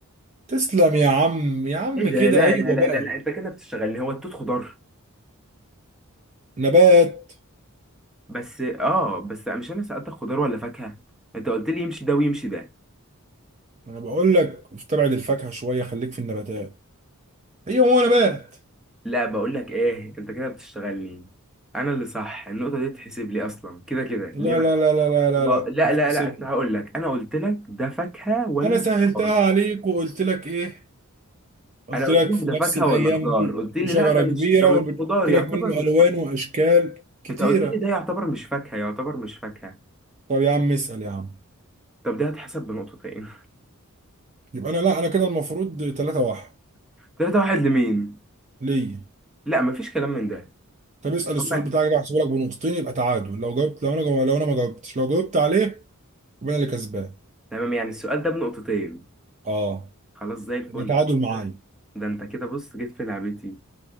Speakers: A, on the right; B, in the centre.
A: تسلم يا عم يا عم
B: ايه ده
A: كده
B: لا
A: ايوه
B: لا لا
A: بقى
B: لا, لا. انت كده بتشتغلني هو التوت خضار
A: نبات
B: بس اه بس مش انا سألتك خضار ولا فاكهه انت قلت لي يمشي ده ويمشي ده
A: انا بقول لك استبعد الفاكهة شوية خليك في النباتات هي هو نبات
B: لا بقول لك ايه انت كده بتشتغلني انا اللي صح النقطه دي تحسب لي اصلا كده كده ليه
A: لا
B: بقى
A: لا لا لا لا لا
B: و-
A: لا
B: لا لا
A: سيب
B: لا أنت هقول لك انا قلت لك ده فاكهه ولا
A: انا سهلتها
B: خضار
A: عليك وقلت لك ايه قلت
B: انا قلت
A: لك
B: لك
A: في
B: ده فاكهه
A: نفس الايام
B: ولا خضار
A: دي
B: قلت لي
A: شجرة
B: لا ده
A: كبيرة
B: مش ده مش
A: وقلت
B: خضار
A: لك
B: يعتبر
A: منه
B: مش
A: الوان
B: خضار.
A: واشكال كتيرة
B: انت قلت لي ده يعتبر مش فاكهه يعتبر مش فاكهه
A: طب يا عم اسأل يا عم
B: طب ده هتحسب بنقطتين
A: يبقى انا لا انا كده المفروض 3 واحد
B: <laughs> تلاتة واحد لمين
A: ليا
B: لا مفيش كلام من ده
A: طب اسال السؤال
B: عمك-
A: بتاعك ده هحسبه لك بنقطتين يبقى تعادل لو جاوبت لو انا جو... لو انا ما جاوبتش لو جاوبت عليه يبقى انا اللي كسبان
B: تمام يعني السؤال ده بنقطتين
A: اه
B: خلاص زي الفل
A: يبقى تعادل
B: ده
A: معايا
B: كده- ده انت كده بص جيت في لعبتي